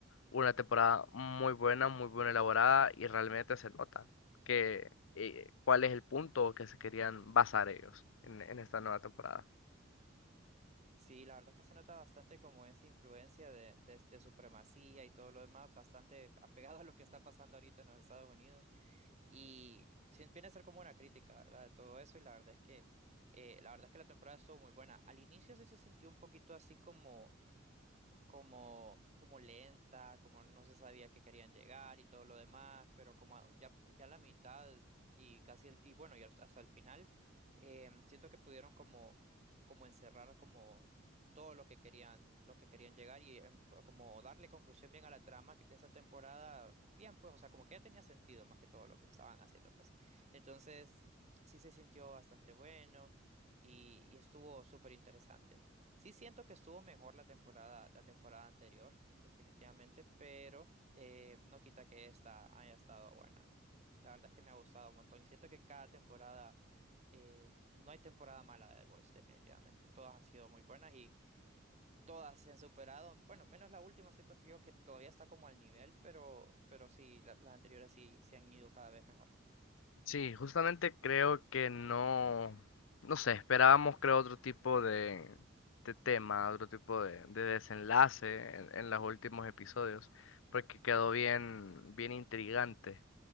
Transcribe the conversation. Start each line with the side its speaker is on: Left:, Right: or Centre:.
Left: una temporada muy buena, muy bien elaborada y realmente se nota que eh, cuál es el punto que se querían basar ellos en, en esta nueva temporada.
Right: Sí, la verdad es que se nota bastante como esa influencia de, de, de supremacía y todo lo demás, bastante apegado a lo que está pasando ahorita en los Estados Unidos. Y sí, viene a ser como una crítica, ¿verdad? De todo eso. Y la verdad es que, eh, la verdad es que la temporada estuvo muy buena. Al inicio sí se sintió un poquito así como como, como lenta, como no se sabía que querían llegar y todo lo demás, pero como a- ya, ya la mitad y casi, el- y bueno, y hasta hasta el final, eh, siento que pudieron como, como encerrar como todo lo que querían, lo que querían llegar y em, p- como darle conclusión bien a la trama que- de esa temporada, bien, pues, o sea, como que ya tenía sentido más que todo lo que estaban haciendo, pues. Entonces, sí se sintió bastante bueno y, y estuvo súper interesante. Sí siento que estuvo mejor la temporada, la temporada anterior, definitivamente, pero eh, no quita que esta haya estado buena. La verdad es que me ha gustado un montón y siento que cada temporada, eh, no hay temporada mala de The Voice, definitivamente. Todas han sido muy buenas y todas se han superado. Bueno, menos la última, siento que yo que todavía está como al nivel, pero, pero sí, la- las anteriores sí se han ido cada vez mejor.
Left: Sí, justamente creo que no, no sé, esperábamos creo otro tipo de, de tema, otro tipo de, de desenlace en, en los últimos episodios, porque quedó bien, bien intrigante